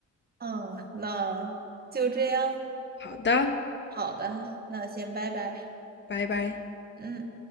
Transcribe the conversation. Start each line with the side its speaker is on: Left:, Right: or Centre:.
Right: 嗯，那就这样。
Left: 好的，
Right: 好的，那先拜拜。
Left: 拜拜。
Right: 嗯。